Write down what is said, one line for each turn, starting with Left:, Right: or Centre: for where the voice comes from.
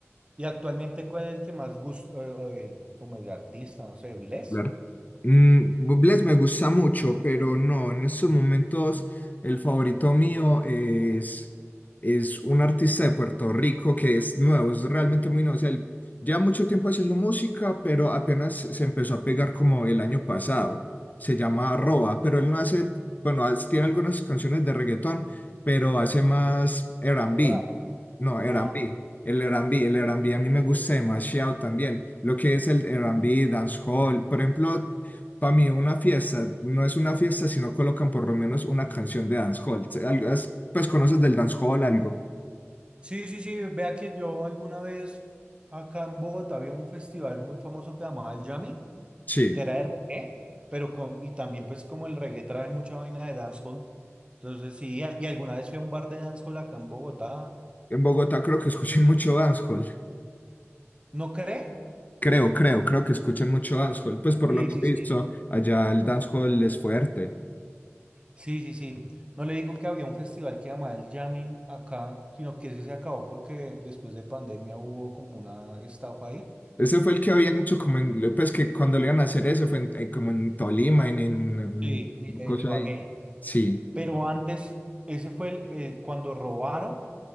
Right: Y actualmente, ¿cuál es el que más gusta, o- o el- como el artista, no sé, Bless?
Left: Claro. Mm, Bublé me gusta mucho, pero no, en estos momentos el favorito mío es, es un artista de Puerto Rico que es nuevo, es realmente muy nuevo. O sea, él lleva mucho tiempo haciendo música, pero apenas se empezó a pegar como el año pasado. Se llama Arroba, pero él no hace, bueno, hace- tiene algunas canciones de reggaetón, pero hace más R&B.
Right: Pra-
Left: No, Mm. R&B.
Right: Ah,
Left: El R&B, el R&B a mí me gusta demasiado también. Lo que es el R&B, dancehall, por ejemplo, para mí una fiesta no es una fiesta si no colocan por lo menos una canción de dancehall. Se- al- has- Pues conoces del dancehall algo.
Right: sí, sí, sí, vea que yo alguna vez acá en Bogotá había un festival muy famoso que llamaba el Jamming,
Left: Sí,
Right: que era de reggae, pero con, y también pues como el reggae trae mucha vaina de dancehall, entonces sí, y alguna vez fui a un bar de dancehall acá en Bogotá,
Left: en Bogotá creo que escuchan <laughs> mucho dancehall.
Right: ¿no cree?
Left: Creo, creo, creo que escuchan mucho dancehall. Pues por
Right: Sí,
Left: lo que
Right: sí,
Left: he
Right: sí.
Left: visto, allá el dancehall es fuerte.
Right: Sí, sí, sí. No le digo que había un festival que llamaba el Jamming acá, sino que ese se acabó porque después de pandemia hubo como una estafa ahí.
Left: Ese fue el que habían hecho como en, pues que cuando le iban a hacer eso fue en- eh, como en Tolima, en, en,
Right: Sí, en, I-
Left: en
Right: en
Left: cosa
Right: Ibagué.
Left: ahí. Sí.
Right: Pero antes, ese fue el, eh, cuando robaron,